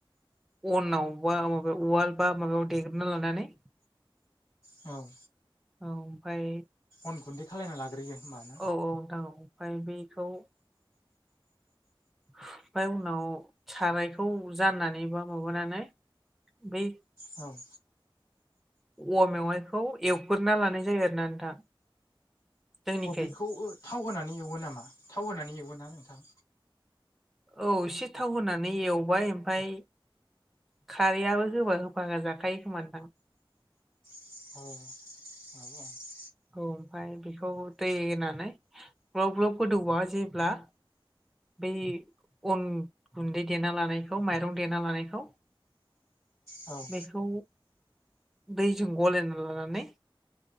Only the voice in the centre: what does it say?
अनाव बा माब उवाल बा माबायाव देग्रना लानानै
औ ओमफफ्राय
औ औ दां ओमफ्राय बेखौ ओमफ्राय उनाव सारायखौ जाननानै बा माबानानै बै
औवा मेवाइखौ एवग्रना लानाय जायो आर ना नोंथां। जोंनिखै
औ एसे थाव होनानै एवबाय ओमफ्राय खारैयाबो होबा होफागोन जाखायो खोमानो थां
औ ओमफफ्राय बेखौ दै होनानै ग्लब ग्लब गोदौबा जेब्ला बै अन गुन्दै देना लानायखौ माइरं देना लानायखौ
बेखौ दैजों गलायना लानानै